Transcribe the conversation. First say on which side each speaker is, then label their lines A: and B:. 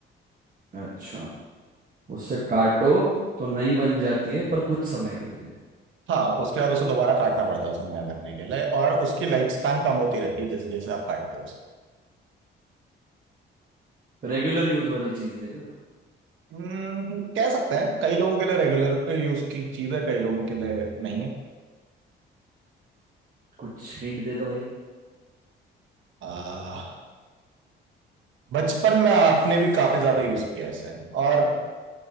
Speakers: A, on the right (about 45°); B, on the right (about 75°).
A: अच्छा उससे काटो तो नई बन जाती है पर कुछ समय के लिए
B: हाँ उसके बाद उसे दोबारा काटना पड़ता है उसे नया करने के लिए और उसकी लाइफ स्पैन कम होती रहती है जैसे जैसे आप काटते हो उसे
A: रेगुलर यूज वाली चीज है क्या
B: हम्म, कह सकते हैं कई लोगों के लिए रेगुलर यूज की चीज है कई लोगों के लिए नहीं है
A: कुछ हिंट दे दो भाई
B: आ, बचपन में आपने भी काफी ज्यादा यूज किया है इसे और